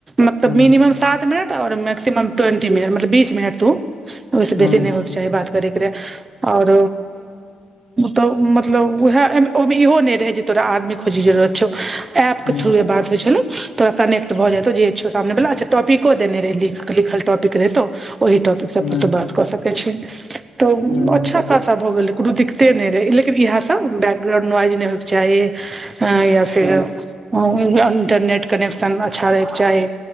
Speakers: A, on the right (about 25°); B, on the left (about 75°).
A: मतलब
B: ह
A: मिनीमम सात मिनट औ मै्कसिमम ट्वेंटी मिनट मतलब बीस मिनट तू ओहिस
B: ह
A: बेसी नहि चाही बात करैके रहै। और त मतलब उह इहो ने तोरा आदमी खोजके जरुरत छौ एप
B: ह
A: के थ्रू बात होइ छलै। तोरा कनेक्ट भऽ जेतौ जेचो सामने वला अच्छ टपिक देने रहैख लिख टॉपिक रहतौ ओह टॉपिक पर सब
B: ह
A: तऽ बात कऽ सकै छी तऽ
B: ह
A: अच्छा खासा भऽ गेलै कोनो दिक्ते नहि रहै लेकिन इएह सब बैकग्राउंड नॉाइज नहि होयके चाही। ह या फेर ह इंटरनेट कनेक्शन अच्छा रहयके चाही